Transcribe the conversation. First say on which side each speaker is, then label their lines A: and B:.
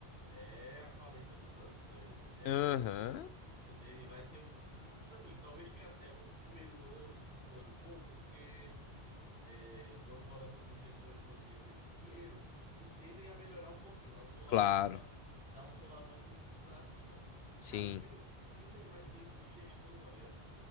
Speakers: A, on the right; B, on the left.
A: é a falência do Santos, tá ligado? É
B: Aham,
A: tipo, ele vai ter o. Tipo assim, talvez tenha até um primeiro ano, segundo ano bom, porque é, quando rola essas injeções maníacas de dinheiro, os times tendem a melhorar um pouquinho, dar um solavanco
B: claro,
A: para dar um solavanco para cima. Mas
B: sim.
A: cara, o que o, o que o Neymar entende de gestão, tá ligado?